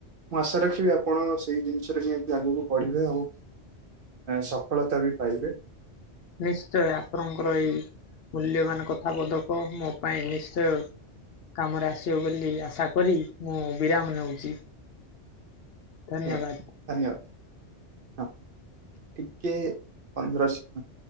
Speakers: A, on the right; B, on the left.
A: ମୁଁ ଆଶା ରଖିବି ଆପଣ ସେଇ ଜିନିଷରେ ନିହାତି ଆଗକୁ ବଢିବେ ଆଉ ସଫଳତା ବି ପାଇବେ
B: ନିଶ୍ଚୟ ଆପଣଙ୍କର ଏଇ ମୂଲ୍ୟବାନ କଥା ପଦକ ମୋ ପାଇଁ ନିଶ୍ଚୟ କାମରେ ଆସିବ ବୋଲି ଆଶା କରି ମୁଁ ବିରାମ ନେଉଛି। ଧନ୍ୟବାଦ।
A: ନିହାତି ଧନ୍ୟବାଦ ହଁ ଟିକେ ପନ୍ଦରଶତ